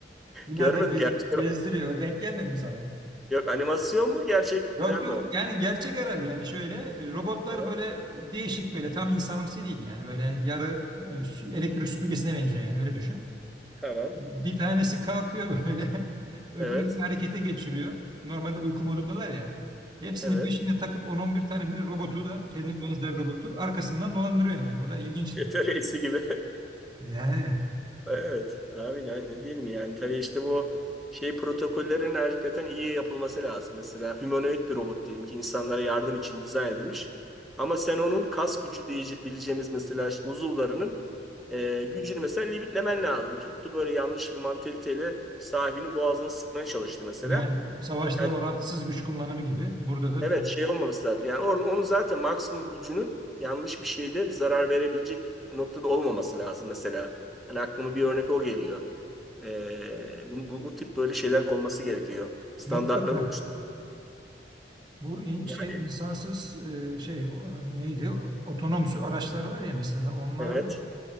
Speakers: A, on the right; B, in the centre.
A: Binada
B: Görmedim
A: gez,
B: gerçek.
A: gezdiriyor. O denk gelmedi mi sana?
B: Yok animasyon mu gerçekten
A: Yok yok
B: mi olmuş?
A: yani gerçek herhalde yani şöyle e, robotlar
B: Evet,
A: böyle değişik böyle tam insanımsı değil yani böyle yarı e, sü-
B: evet.
A: elektrik süpürgesine benziyor yani öyle düşün.
B: Tamam.
A: Bir tanesi kalkıyor böyle. <laughs> Öbürlerini
B: Evet,
A: harekete geçiriyor. Normalde uyku modundalar ya. Hepsini
B: evet.
A: peşine takıp 10-11 tane böyle robotu da kendine benzer robotu arkasından dolandırıyor yani. O da ilginçti.
B: Çete reisi gibi.
A: Yani.
B: Evet abi ne, ne diyelim yani tabii işte bu şey protokollerin hakikaten iyi yapılması lazım. Mesela humanoid bir robot diyelim ki insanlara yardım için dizayn edilmiş. Ama sen onun kas gücü diyebileceğimiz mesela uzuvlarının e, gücünü mesela limitlemen lazım. Tuttu böyle yanlış bir mantaliteyle sahibinin boğazını sıkmaya çalıştı mesela.
A: Yani o savaşta
B: Yani
A: orantısız güç kullanımı gibi. Burada da
B: Evet
A: bir-
B: şey olmaması lazım. Yani or- onu zaten maksimum gücünün yanlış bir şeyde bir zarar verebilecek noktada olmaması lazım mesela. Hani aklıma bir örnek o geliyor. Ee, bu, bu, bu tip böyle şeyler konması gerekiyor. Standartlar
A: mutlaka
B: oluştu.
A: bu in-
B: Yani
A: şey insansız e, şey e, neydi? Otonom sü- araçlar var ya mesela onlar
B: evet,